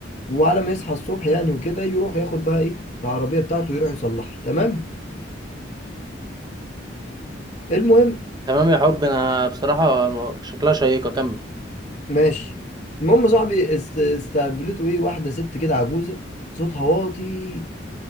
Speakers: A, on the left; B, on the right.
A: وعلى ما يصحى الصبح يعني وكده يروح ياخد بقى إيه العربية بتاعته يروح يصلحها تمام المهم
B: تمام يا حب انا بصراحة الم- شكلها شيقة كمل
A: ماشي المهم صاحبي است- استقبلته إيه واحدة ست كده عجوزة صوتها واطي